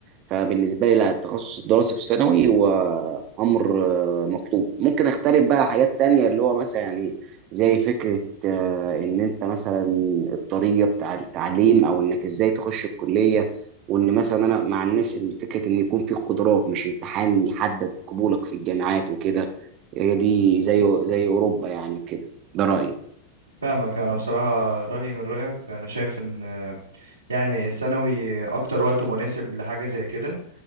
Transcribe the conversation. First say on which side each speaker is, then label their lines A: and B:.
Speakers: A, on the right; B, on the right.
A: فبالنسبة لي لا التخصص الدراسي في ثانوي هو أمر آه، مطلوب ممكن أختلف بقى حاجات تانية اللي هو مثلا يعني زي فكرة آه، إن أنت مثلا الطريقة بتاع التعليم أو إنك إزاي تخش الكلية وإن مثلا أنا مع الناس إن فكرة إن يكون في قدرات مش امتحان يحدد قبولك في الجامعات وكده هي دي زي زي أوروبا يعني كده ده رأيي
B: فاهمك أنا بصراحة رأيي من رأيك أنا شايف إن آه، يعني الثانوي أكتر وقت مناسب لحاجة زي كده